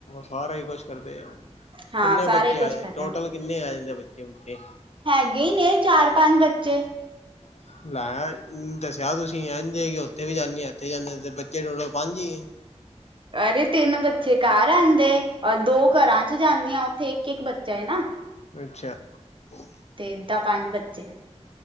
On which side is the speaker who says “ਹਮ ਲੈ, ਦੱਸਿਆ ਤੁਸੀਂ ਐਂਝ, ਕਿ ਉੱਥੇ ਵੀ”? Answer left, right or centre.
Left